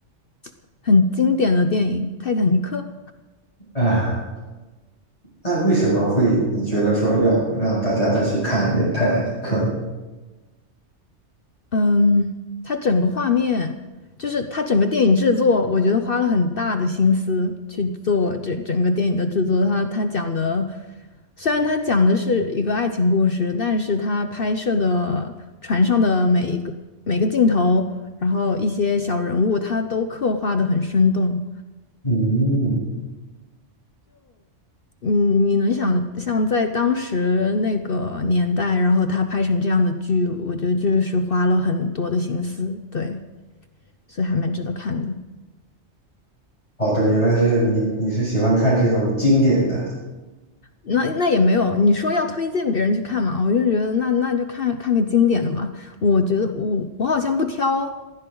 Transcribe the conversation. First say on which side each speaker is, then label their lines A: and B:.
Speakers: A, on the left; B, on the left.
A: <tsk> 很经典的电影《泰坦尼克》。
B: 啊，那为什么会你觉得说要让大家再去看一遍《泰坦尼克》呢？
A: 嗯，它整个画面，就是它整个电影制作，我觉得花了很大的心思去做这整个电影的制作。它它讲的，虽然它讲的是一个爱情故事，但是它拍摄的船上的每一个每个镜头，然后一些小人物，他都刻画的很生动。
B: 嗯，
A: 嗯，你能想象在当时那个年代，然后他拍成这样的剧，我觉得就是花了很多的心思，对。所以还蛮值得看的。
B: 好的，原来是你，你是喜欢看这种经典的
A: 那那也没有，你说要推荐别人去看嘛，我就觉得那那就看看个经典的吧。我觉得我我好像不挑，